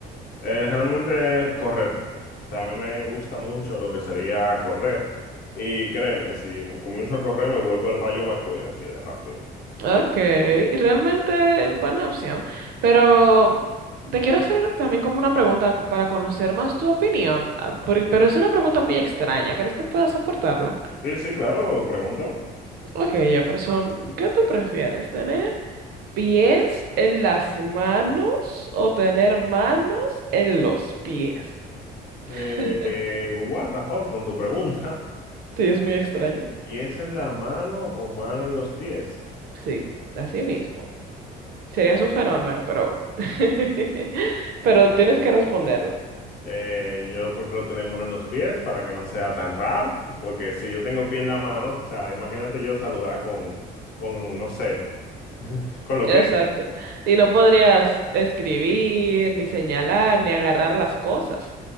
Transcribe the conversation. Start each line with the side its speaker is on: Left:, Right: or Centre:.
Left: Eh, realmente correr. También me gusta mucho lo que sería correr. Y créeme, si comienzo a correr me vuelvo el Rayo McQueen así de rápido.
Right: Okay, realmente buena opción. Pero te quiero hacer también como una pregunta co- para conocer más tu opinión, ah, por- pero es una pregunta muy extraña. ¿Crees que puedas soportarla?
Left: Sí, sí, claro, pregúntame.
Right: Ok, Jefferson, ¿qué tú prefieres? ¿Tener pies en las manos o tener manos en los pies? <laughs>
Left: Eh, eh, what the fuck con tu pregunta.
Right: Sí, es muy extraña.
Left: <laughs> ¿Pies en la mano o mano en los pies?
Right: Sí, así mismo. Serías un fenómeno, pero... <laughs> pero tienes que responderla.
Left: Eh, yo prefiero tener mano en los pies para que no sea tan raro, porque si yo tengo pie en la mano, o sea, imagínate yo saludar con, con, no sé, con los
Right: Exacto.
Left: pies.
Right: Y no podrías escribir, ni señalar, ni agarrar las cosas,